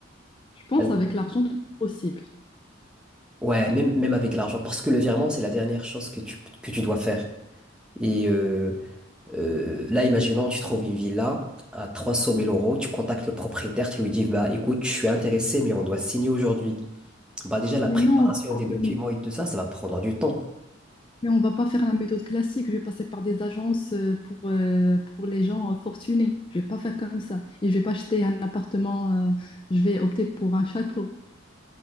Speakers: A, on the left; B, in the centre.
A: je pense
B: Elle-
A: avec l'argent tout est possible.
B: Ouais, même, même avec l'argent, parce que le virement, c'est la dernière chose que tu, que tu dois faire. Et euh, euh, là, imaginons, tu trouves une villa à trois cent mille euros, tu contactes le propriétaire, tu lui dis, bah écoute, je suis intéressé, mais on doit signer aujourd'hui. Bah déjà, la
A: Mais
B: préparation
A: non,
B: des documents
A: mais
B: et tout ça, ça va prendre du temps.
A: on va pas faire la méthode classique, je vais passer par des agences euh, pour, euh, pour les gens euh, fortunés. Je vais pas faire comme ça. Et je vais pas acheter un appartement, euh, je vais opter pour un château.